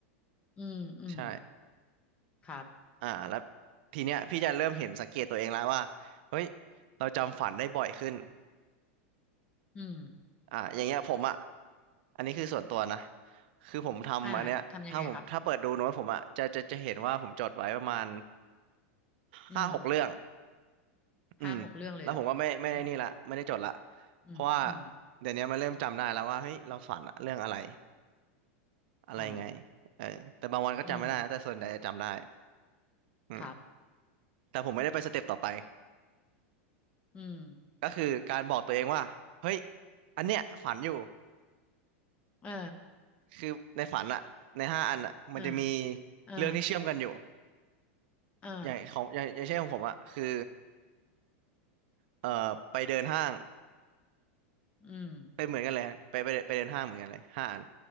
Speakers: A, on the left (about 15°); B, on the right (about 50°).
A: อืมอืม
B: ใช่
A: ครับ
B: อ่าแล้วทีเนี้ยพี่จะเริ่มเห็นสังเกตตัวเองแล้วว่าเฮ้ยเราจำฝันได้บ่อยขึ้น
A: อืม
B: อ่ะอย่างเงี้ยผมอ่ะอันนี้คือส่วนตัวนะคือผมทำอันเนี้ยถ้าผมถ้าเปิดดูโน้ตผมอ่ะจะจะจะเห็นว่าผมจดไว้ประมาณ
A: อ่าทำยังไงครับอืม
B: ห้าหกเรื่องอืมแล้วผมก็ไม่ไม่ได้นี่ละไม่ได้จดละ
A: ห้าหกเรื่องเลยเหรออืม
B: เพราะว่า
A: อืมอืม
B: เดี๋ยวนี้มันเริ่มจำได้แล้วว่าเฮ้ยเราฝันอะเรื่องอะไรอะไรยังไง
A: อ๋อ
B: เออแต่บางวันก็จำไม่ได้นะแต่ส่วนใหญ่จะจำได้
A: อืม
B: อืม
A: ครับ
B: แต่ผมไม่ได้ไปสเต็ปต่อไป
A: อืม
B: ก็คือการบอกตัวเองว่าเฮ้ยอันเนี้ยฝันอยู่
A: เออ
B: คือในฝันอะในห้าอันอะมันจะมี
A: เออเออ
B: เรื่องที่เชื่อมกันอยู่
A: เออ
B: อย่างของอย่างอย่างเช่นของผมอะคือเอ่อไปเดินห้าง
A: อืม
B: เป็นเหมือนกันเลยไปไปไปเดินห้างเหมือนกันเลยห้าอัน